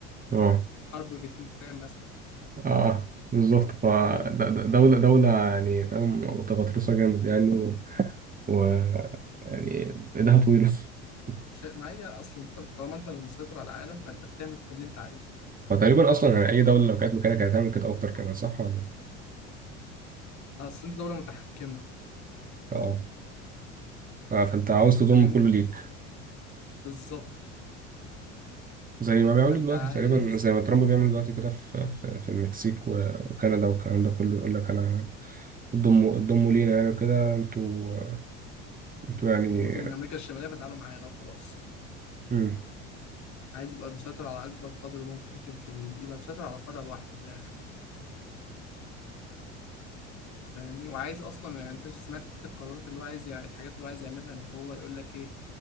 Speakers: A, on the right; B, on the left.
A: أه
B: حرب فيتنام مثلا
A: أه بالظبط ف د-
B: حرب
A: د- دولة دولة يعني فاهم متغطرسة جامد يعني و, و... يعني إيدها طويلة <laughs>
B: شيء ما هي اصل انت طالما انت اللي مسيطر على العالم فانت بتعمل اللي انت عايزه
A: فتقريبا أصلا يعني أي دولة لو كانت مكانك هتعمل كده أكتر كمان صح ولا؟
B: اصل انت دوله متحكمه
A: أه اه فانت عاوز تضم
B: فاهمني
A: كله ليك
B: بالظبط
A: زي ما بيعملوا
B: فانت
A: دلوقتي
B: عايز
A: تقريبا زي ما ترامب بيعمل دلوقتي كده في في, في المكسيك و- وكندا والكلام ده كله يقول لك انا ضموا ضموا لينا يعني كده انتوا انتوا يعني
B: انت جزء من امريكا الشماليه فتعالوا معانا وخلاص
A: مم.
B: عايز يبقى مسيطر على اكبر قدر ممكن في ال... يبقى مسيطر على قاره لوحده من الاخر فاهمني وعايز اصلا يعني انت سمعت القرارات اللي هو عايز يع... الحاجات اللي هو عايز يعملها ان هو يقول لك ايه